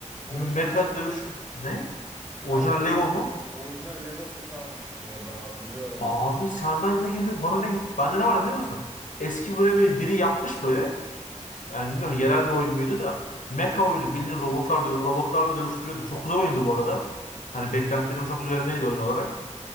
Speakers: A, in the centre; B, on the left.
A: orijinal
B: mecha dövüş. Ne?
A: ben
B: Orijinal
A: de orji-
B: Lego mu?
A: orijinal Lego seti almıştım oradan hatırlıyorum
B: Abi
A: bak.
B: senden ne geliyor? Bana ne geliyor? Bende ne var biliyor musun? Eski böyle bir, biri yapmış böyle. Yani bilmiyorum yerel bir oyun muydu da. Mecha oyunu bildiğin robotlar dö- robotlarla dövüştürüyordu. Çok güzel oyundu bu arada. Hani beklentilerim çok üzerindeydi oyun olarak.